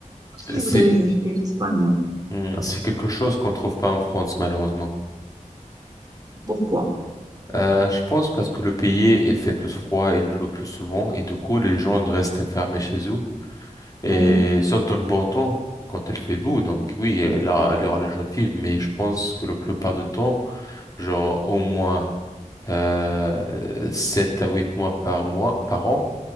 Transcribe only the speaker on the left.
C'est,
mhm, c'est quelque chose qu'on trouve pas en France, malheureusement.
Euh, je pense parce que le pays, il fait plus froid, il pleut plus souvent et du coup, les gens restent enfermés chez eux. Et
sauf dans le bon temps, quand il fait beau. Donc oui, là, il y aura la joie de vivre, mais je pense que la plupart du temps, genre au moins euh, 7 à 8 mois par mois, par an.